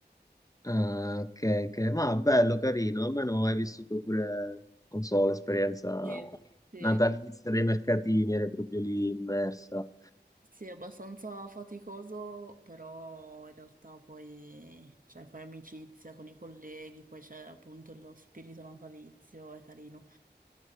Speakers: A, on the left; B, on the right.
A: Ah, ok, ok. Ma bello, carino, almeno hai vissuto pure, non so, l'esperienza
B: Sì, sì.
A: natalizia dei mercatini, eri proprio lì immersa.
B: Sì, è abbastanza faticoso, però in realtà poi cioè, fai amicizia con i colleghi, poi c'è appunto lo spirito natalizio, è carino.